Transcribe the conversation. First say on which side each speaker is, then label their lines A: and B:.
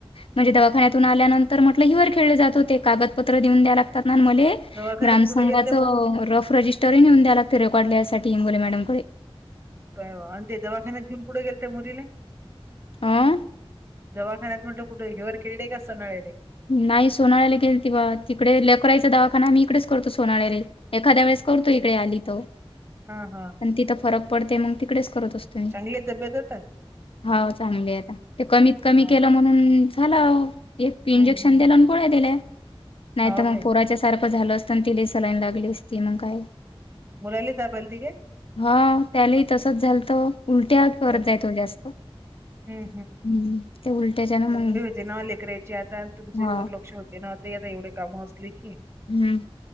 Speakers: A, on the left; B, on the right.
A: म्हणजे दवाखान्यातून आल्यानंतर म्हटलं हिवर खेळले जात होते कागदपत्र देऊन द्या लागतात ना मले‌.
B: दवाखान्यात
A: ग्रामसंघाच
B: कुठे गेलत्या मग?
A: रफ रजिस्टरही नेऊन द्या लागते रेकॉर्ड लियसाठी हिंगोली मॅडम कडे.
B: आणि ते दवाखान्यात घेऊन कुठे गेल त्या मी तिले.
A: आं.
B: दवाखान्यात म्हटलं कुठं हे वर खेळलेय का असंणार रे.
A: नाही सोनाळ्याला गेल तेव्हा तिकडे लकराईचा दवाखाना मी इकडेच करतो सोनाळ्याला एखाद्या वेळेस करतो इकडे आली तर.
B: हा हा.
A: आणि तिथं फरक पडते मग तिकडेच करत असतो मी.
B: चांगले तब्येत.
A: हो चांगली आता ते कमीत कमी
B: हाव
A: केलं
B: का?
A: म्हणून झालं. एक इंजेक्शन
B: हं, हं.
A: दिलं आणि गोळ्या दिल्या नाहीतर
B: हाव
A: मग
B: काय?
A: पोराच्या सारखं झालं. पण ति ल सलाईन लागली असती मग काय.
B: मुलाले ताप आलती काय?
A: हा त्याला तसच झालंत उलट्या करत
B: अरे!
A: जाय तो जास्त. हम
B: हं,
A: ते उलट्याच्या ना मग
B: जे न लेकरायचे आता तुमचे
A: हा
B: दुर्लक्ष होते न आ ते आता एवढे कामं असले की.
A: हम्म.